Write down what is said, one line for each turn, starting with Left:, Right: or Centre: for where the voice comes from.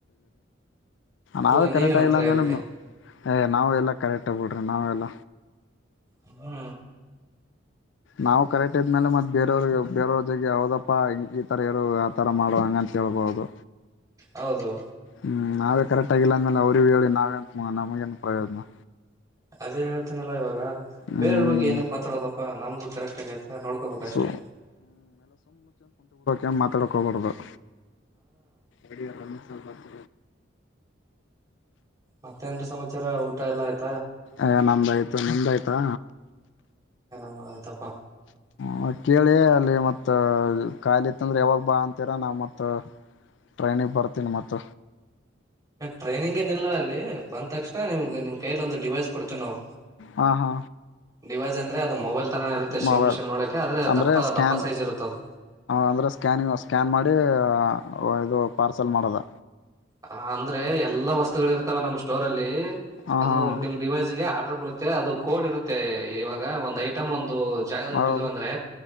Left: ನಾವೇ
Right: ಅಲ್ಲ
Left: ಕರೆಕ್ಟ್
Right: ನೀವೇನಂತೀರಾ
Left: ಆಗಿಲ್ಲ ಅಂದ್ಮೇಲೆ್
Right: ಇದಕ್ಕೆ
Left: ನಾವು ಎಲ್ಲಾ ಕರೆಕ್ಟ್ ಆಗ್ಬಿಡ್ವಿ ಪ್ರಣಾವಲ್ಲ
Right: ಹ್ಮ
Left: ನಾವು ಕರೆಕ್ಟ್ ಇದ್ಮೇಲೆ ಮತ್ತೆ ಬೇರೆಯವ್ರಿಗೆ ಬೇರವ್ರ ಜಗೆ ಹಾವದಪ್ಪ ಈ ಥರ ಯಾರೋ ಆ ಥರ ಮಾಡುವ ಹಂಗಂತೇಳ್ಬೋದು
Right: ಹೌದು
Left: ಹ್ಮ ನಾವೇ ಕರೆಕ್ಟ್ ಆಗಿಲ್ಲ ಅಮೇಲೆ ಅವ್ರಗ ಹೇಳಿ ನಾವೇ ನಮಗೇನು ಪ್ರಯೋಜನ
Right: ಅದೇ ಹೇಳ್ತೇನಲ್ಲಾ ಇವಾಗ
Left: ಹ್ಮ್
Right: ಬೇರೆಯವ್ರ ಬಗ್ಗೆ ಏನಕ್ ಮಾತಾಡದಪ್ಪಾ ನಮ್ದು ಕರೆಕ್ಟ್ ಆಗೈತ ನೋಡ್ಕೋಬೇಕ ಅಷ್ಟೆ
Left: ಸೊ ಏನು ಮಾತಾಡಕ್ ಹೋಬಾರ್ದು ಹ ಅಡಿ ಎಲ್ಲ ಸ್ವಲ್ಪತ
Right: ಮತ್ತೆ ಏನ್ರಿ ಸಮಾಚಾರ ಊಟ ಎಲ್ಲ ಆಯ್ತು
Left: ಎ ನಮ್ದಾಯ್ತು ನಿಮ್ದಾಯ್ತಾ
Right: ಹ ತಪ್
Left: ಹ ಕೇಳಿ ಅಲ್ಲಿ ಮತ್ತೆ ಮತ್ತ ಖಾಲಿತ್ತಂದ್ರೆ ಯಾವಾಗ ಬಾ ಅಂತೀರ ನಾವು ಮತ್ತು ಟ್ರೈನಿಗೆ ಬರ್ತೀನಿ ಮತ್ತ
Right: ಟ್ರೈನಿಂಗ್ ಏನಿಲ್ಲ ಅಲ್ಲಿ ಬಂದ ತಕ್ಷಣ ನಿಮ್ಗೆ ನಿಮ ಕೈಲ ಒಂದು ಡಿವೈಸ್ ಕೊಡ್ತೀವಿ ನಾವು
Left: ಹಾ ಹಾ
Right: ಡಿವೈಸ್ಂದ್ರೆ ಅದು ಮೊಬೈಲ್ ತರಾನೇ ಇರುತ್ತೆ ಸೇಮ್
Left: ಮೊಬೈಲ್
Right: ಟು ಸೇಮ್ ನೋಡಕೆ ಆದ್ರೆ
Left: ಅಂದರೆ
Right: ದಪ್ಪ
Left: ಸ್ಕ್ಯಾನ್
Right: ದಪ್ಪ ಸೈಜ್ ಇರುತ್ತ ಅದು
Left: ಅಂದರೆ ಸ್ಕ್ಯಾನಿಂಗ ನಾವ್ ಸ್ಕ್ಯಾನ್ ಮಾಡಿ ಓ ಇದು ಪಾರ್ಸಲ್ ಮಾಡೋದ
Right: ಹ ಅಂದ್ರೆ ಎಲ್ಲಾ ವಸ್ತುಗಳ ಇರ್ತಾವ ನಮ್ ಸ್ಟೋರ್ ಅಲ್ಲಿ
Left: ಹಾಂ
Right: ಅದು
Left: ಹಾಂ
Right: ಡಿಮ್ ಡಿವೈಸ್ಗೆ ಬಿಡುತ್ತೆ ಅದು ಕೋಡ್ ಇರುತ್ತೆ ಇವಾಗ ಒಂದ ಐಟಮ್ ಒಂದು ದು ಜಾಗದಗ್
Left: ಹೌದು
Right: ಇಟ್ಟಿದ್ವ ಅಂದ್ರೆ